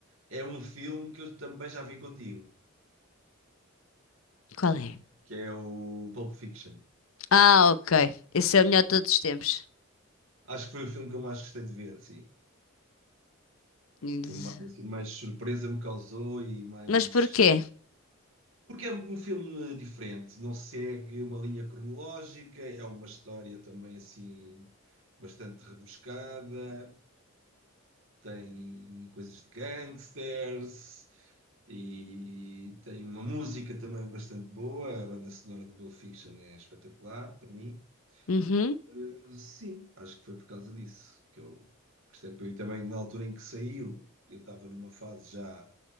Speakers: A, on the right; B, on the left.
A: é um filme que eu também já vi contigo,
B: Qual é?
A: que é o Pulp Fiction.
B: Ah, ok. Esse é o melhor de todos os tempos.
A: Acho que foi o filme que eu mais gostei de ver, assim,
B: Ex-
A: que mais, assim, mais surpresa me causou e mais.
B: Mas porquê?
A: Porque é um filme diferente, não segue uma linha cronológica, é uma história também assim bastante rebuscada. tem coisas de gangsters e tem uma música também bastante boa. A banda sonora do Pulp Fiction é espetacular para mim.
B: Uhum,
A: Eh, sim, acho que foi por causa disso que eu gostei. Porque Eu também, na altura em que saiu, eu estava numa fase já